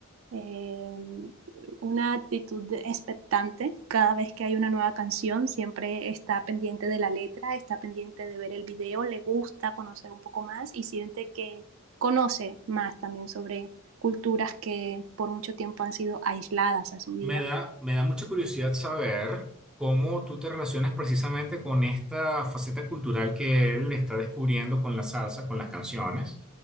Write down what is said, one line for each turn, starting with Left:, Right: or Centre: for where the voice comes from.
Right: eh, una actitud expectante cada vez que hay una nueva canción, siempre está pendiente de la letra, está pendiente de ver el video, le gusta conocer un poco más y siente que conoce más también sobre culturas que por mucho tiempo han sido aisladas a su vida.
Centre: Me da, me da mucha curiosidad saber cómo tú te relacionas precisamente con esta faceta cultural que él está descubriendo con la salsa, con las canciones.